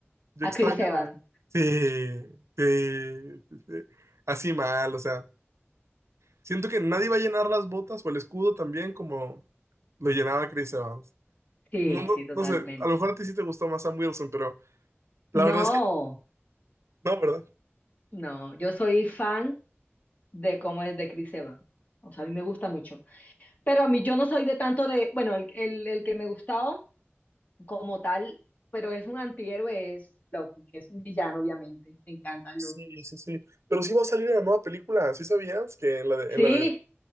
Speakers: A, on the right; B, on the left.
A: A tu
B: A
A: extraño,
B: Chris Evans.
A: sí, sí, sí, sí, así mal, o sea, siento que nadie va a llenar las botas o el escudo también como lo llenaba Chris Evans.
B: Sí,
A: No, eh,
B: sí,
A: no,
B: totalmente.
A: no sé, a lo mejor a ti sí te gustó más Sam Wilson, pero la
B: No,
A: verdad es no, que no, ¿verdad?
B: no. Yo soy fan de cómo es de Chris Evans. O sea, a mí me gusta mucho. Pero a mí yo no soy de tanto de, bueno, el, el, el que me gustaba como tal, pero es un antihéroe, es Loki, que es un villano, obviamente. Me encanta Loki.
A: Sí, sí, sí. Pero sí va a salir una nueva película, ¿sí sabías? Que en la de,
B: Sí,
A: en la sí, de Sí,